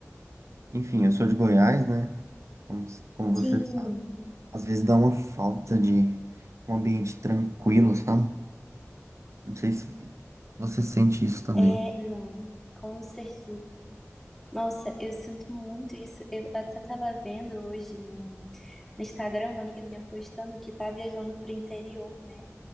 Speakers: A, on the right; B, in the centre.
A: Enfim, eu sou de Goiás, né? Como, s- como você
B: Sim.
A: sabe. Às vezes dá uma falta de um ambiente tranquilo, sabe? Não sei se você sente isso também.
B: É, não. Com certeza. Nossa, eu sinto muito isso. Eu até tava vendo hoje no, no Instagram uma amiga minha postando que tá viajando pro interior, né?